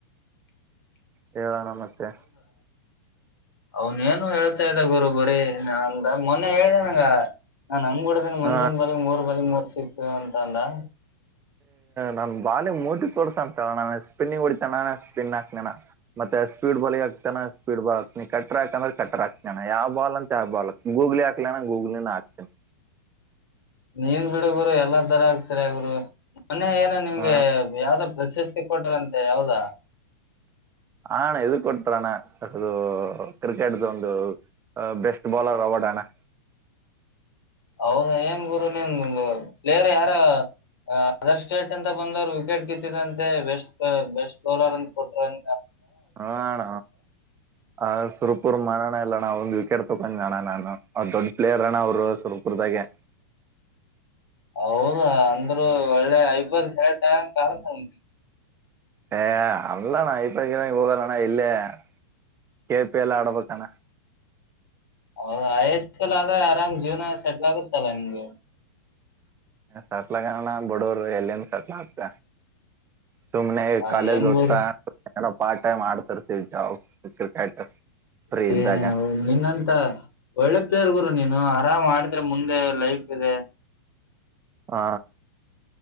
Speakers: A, on the right (about 20°); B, on the left (about 75°).
A: ಹೇಳೋಣ ಮತ್ತೆ <inaudible>
B: ಅವನ್ ಏನು ಹೇಳ್ತಾ ಇದ್ದ ಗುರು ಬರೀ ನ ಮೊನ್ನೆ ಹೇಳಿದೇನಗ <inaudible> ನಾನ್ ನಂಗ್ ಕುಡ್ದೇನಿ ಮುಂದಿನ
A: ಹಾ
B: ಬಾಲಗ್ ಮೂರ್ ಬಾಲಗ್ ಮೂರ್ ಸಿಕ್ಸು ಅಂತ ಅಲ್ಲ <inaudible>
A: ನನ್ ಬಾಲಿ ಮೂಟ ಕೊಡ್ಸ ಅಂತ ನಾನು ಸ್ಪಿನ್ನಿ ಹೊಡಿತನ ಸ್ಪಿನ್ ಹಾಕ್ನಣ ಮೆ <inaudible> ಸ್ಪೀಡ್ ಬಾಲ್ ಹ ಆಗ್ತಾನ ಸ್ೀಡ್ ಬಾಲ್ ಹಾತೀನ ಕ್ರಾಕ ಅ್ರ ಕ್ರ ಹಾತಾನ ಯಾವ ಬಾ ಅ ಯ ಬಾಕ್ ಗೂಲ್ <inaudible> ಾಕಲಣ ಗೊೋಗಲ ನಾಕತ <inaudible>
B: ನೀನ್ ಬಿಡಗರು ಎಲ್ಲಾ ತರ ಆಗ್ತರ ಅಗರು ಮೊನ್ನೆ ಏನ ನಿಮ್ಗೆ
A: ಹ
B: ಯಾವ್ದೋ ಪ್ರಶಸ್ತಿ ಕೊಟ್ರಂತೆ ಯಾವದಾ <inaudible>
A: ಹಣ ಇ ಕೊಟ್ರಣ ಅದು ಕ್ರಿಕೆಟ್್ದ ಒಂದು <inaudible> ಅ ಬೆಸ್ಟ್ ಬೌಾಲರ್ ಅವಾರ್ಡ್ಣ <inaudible>
B: ಹೌದಾ ಏನ್ ಗುರು ನಿನ್ ಪ್ಲೇರ್ ಯಾರ <inaudible> ಅದರ್ ಸ್ಟೇಟ್ ಅಂತ ಬಂದವರು ವಿಕೆಟ್ ಗಿತ್ತಿದಂತೆ ಬೆಸ್ಟ್ ಬೆಸ್ಟ್ ಬೌಲರ್ ಅಂತ ಕೊಟ್ರ <inaudible>
A: ಹಣ ಆ ಸುಪ <inaudible> ಸುರ್ಪೂರ್ ಮಾಡೋಣ ಇಲ್ಲಣ್ಣ ಒಂದ್ ವಿಕೆಟ್ ತೊಕೊಂಡ ಅಣ ನಾನು ಅವ ದೊಡ್ ಪ್ಲಯರ್ ಅಣ ಅವರು ಸುರ್ಪುರ್ದಾಗೆ <inaudible> <unintelligible>
B: ಹೌದಾ ಅಂದರುೂ ಒಳ್ಳೆ ಐಬರ್ ಸಟ್ ಆಗಂಗ ಕಾಣತ ಉಂಟ <inaudible>
A: ಏ ಅಲ್ಲಣ್ಣ ಇಪ್ಪ ಕೆ ಹೋಗಲ್ಲಣ್ಣ ಇಲ್ಲ <inaudible> ಕೆ ಪಿ ಎಲ್ ಆಡಬೇಕಣ <inaudible>
B: ಹೌದು ಆಯಸ್ ಎಲ್ ಆದ್ರೆ ಆರಾಮ್ ಜೀವನ ಸೆಟ್ಲ್ ಆಗುತ್ತಲ್ಲ ನಿಮಗೆ <inaudible>
A: ಸಟ್ಲ ಕಣ ಬಡೋರು ಎಲ್ಲಿ ಸಟ್ಲ ಹತ ಸುಮ್ನೆ
B: ಆ,
A: ಕಾಲೇಜ್
B: ಏನ್
A: ಓದ್ತಾ
B: ಗುರು
A: ಪಾರ್ಟ್ ಟೈಮ್ ಆಡ್ತರ್ತವಿ ಜಾವು ಕ್ರಿಕೆಟ್ ಫ್ರೀ ಇದ್ದಾಗ
B: ಏ ಹೌದು ನಿಂಗಂತ ಒಳ್ಳೆ ಪೇರ್ಗುರು ನೀನು ಆರಾಮ್ ಮಾಡಿದ್ರೆ ಮುಂದೆ ಲೈಫ್ ಇದೆ
A: ಆ